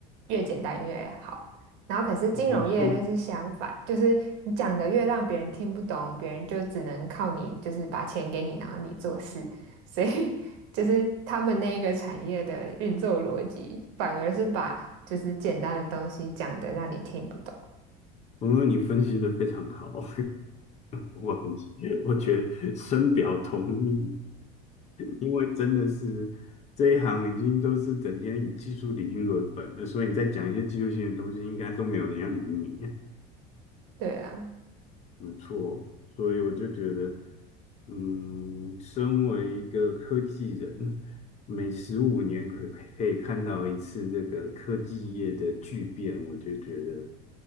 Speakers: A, on the right; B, on the left.
A: 越简单越好。然后可是金融业就是相反，
B: 没错，
A: 就是你讲的越让别人听不懂，别人就只能靠你，就是把钱给你，然后你做事，所以 <laughs> 就是他们那一个产业的运作逻辑，反而是把就是简单的东西讲的让你听不懂。
B: 我说你分析的非常好，<laughs> 我我很我觉得深表同意，因为真的是这一行已经都是整天以技术理论为本了，所以你再讲一些技术性的东西，应该都没有人要理你。
A: 对啊，
B: 没错，所以我就觉得。嗯，身为一个科技人，每十五年可可以看到一次这个科技业的巨变，我就觉得，